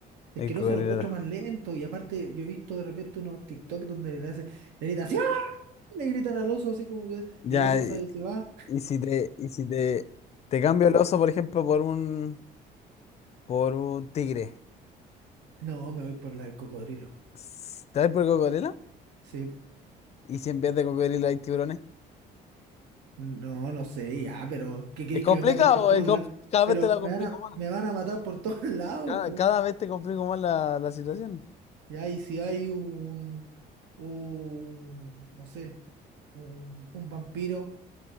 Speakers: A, on the right (about 85°); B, on the left (about 40°).
A: Es
B: El
A: que el
B: cocodrilo.
A: oso lo encuentro más lento y aparte yo he visto de repente unos TikTok donde le hacen, le gritan, ¡Sí! ¡ah! le gritan al oso así como que,
B: Ya,
A: y el oso sale,
B: y
A: se va.
B: y si te, y si te, te cambio el oso, por ejemplo, por un, por un tigre.
A: No, me voy por la del cocodrilo.
B: S- ¿Te vas por cocodrilo?
A: Sí, po.
B: ¿Y si en vez de cocodrilo hay tiburones?
A: no, no sé, ya, pero ¿qué queréis
B: Es complicado,
A: que me maten por todos
B: es com-
A: lados?
B: cada
A: Pero
B: vez te la
A: me
B: complico
A: van a,
B: más.
A: me van a matar por todos <laughs> lados,
B: Cada,
A: po.
B: cada vez te complico más la, la situación.
A: Ya, y si hay un, un, no sé, un, un vampiro,